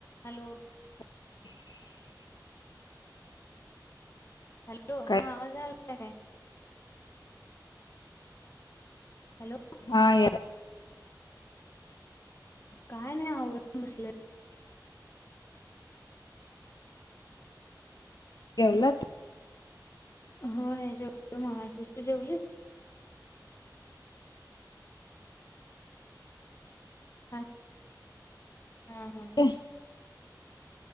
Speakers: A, on the left (about 35°); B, on the left (about 65°).
A: Hello!
B: <inaudible>
A: Hello,
B: काय?
A: हा आवाज आला का काय? हॅलो!
B: हा याला
A: काय नाही आवरून बसले.
B: जेवलात?
A: हो जेवले मगाशीच, तू जेवलीस? हा हां हा.
B: <unintelligible>